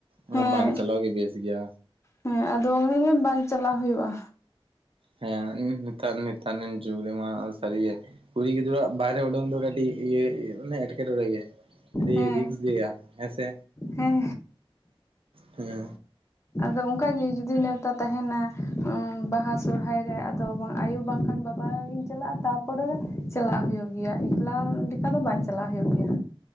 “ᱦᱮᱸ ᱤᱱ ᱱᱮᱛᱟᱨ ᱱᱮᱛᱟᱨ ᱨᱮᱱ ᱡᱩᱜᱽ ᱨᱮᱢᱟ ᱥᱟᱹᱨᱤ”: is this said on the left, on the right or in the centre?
Right